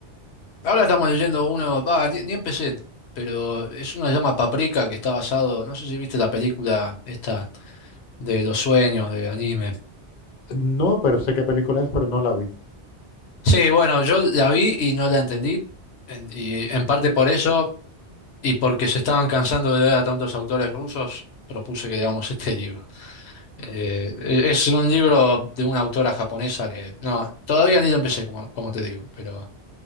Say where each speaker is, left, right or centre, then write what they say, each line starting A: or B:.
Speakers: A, on the left (about 70°); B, on the left (about 50°).
A: Ahora estamos leyendo uno, va, ni, ni empecé, pero es una llama Paprika que está basado, no sé si viste la película esta de los sueños de anime.
B: No, pero sé qué película es, pero no la vi.
A: Sí, bueno, yo la vi y no la entendí, en- y en parte por eso, y porque se estaban cansando de leer a tantos autores rusos, propuse que leamos este libro. Eh, es un libro de una autora japonesa que no, todavía ni lo empecé, como, como te digo, pero,